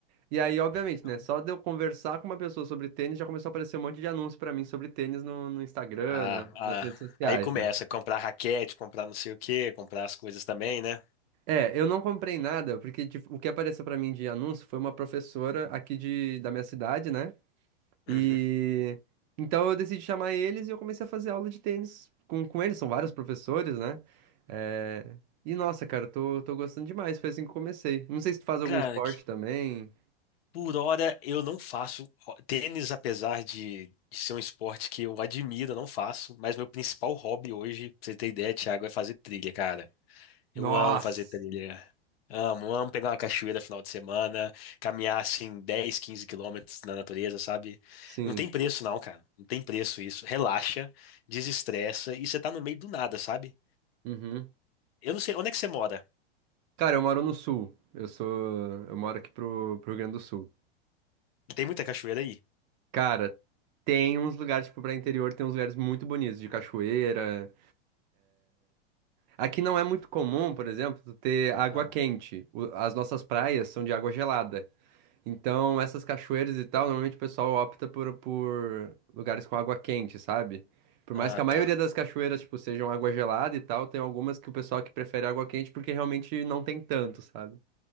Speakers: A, on the right; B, on the left.
A: E aí, obviamente,
B: não.
A: né, só de eu conversar com uma pessoa sobre tênis, já começou a aparecer um monte de anúncio pra mim sobre tênis no, no Instagram,
B: Ah,
A: na-
B: ah,
A: nas redes sociais,
B: aí começa
A: né?
B: a comprar raquete, comprar não sei o quê, comprar as coisas também, né?
A: É, eu não comprei nada, porque tipo, o que apareceu pra mim de anúncio foi uma professora aqui de, da minha cidade, né? E
B: Uhum.
A: então eu decidi chamar eles e eu comecei a fazer aula de tênis com, com eles, são vários professores, né? É, E nossa, cara, eu tô, tô gostando demais, foi assim que eu comecei. Não sei se tu faz algum
B: Cara,
A: esporte também.
B: Por hora, eu não faço ho- tênis, apesar de, de ser um esporte que eu admiro, eu não faço. Mas meu principal hobby hoje, pra você ter ideia, Thiago, é fazer trilha, cara. Eu
A: Nossa!
B: amo fazer trilha. Amo, amo pegar uma cachoeira final de semana, caminhar assim 10, 15 quilômetros na natureza, sabe?
A: Sim.
B: Não tem preço, não, cara. Não tem preço isso. Relaxa, desestressa e você tá no meio do nada, sabe?
A: Uhum.
B: Eu não sei, onde é que você mora?
A: Cara, eu moro no sul. Eu sou. Eu moro aqui pro, pro Rio Grande do Sul.
B: Tem muita cachoeira aí?
A: Cara, tem uns lugares, tipo, pra interior, tem uns lugares muito bonitos, de cachoeira. Aqui não é muito comum, por exemplo, tu ter água
B: Ah,
A: quente. O- As nossas praias são de água gelada. Então, essas cachoeiras e tal, normalmente o pessoal opta por, por lugares com água quente, sabe? Por
B: ah,
A: mais que a maioria
B: tá.
A: das cachoeiras, tipo, sejam água gelada e tal, tem algumas que o pessoal que prefere água quente porque realmente não tem tanto, sabe?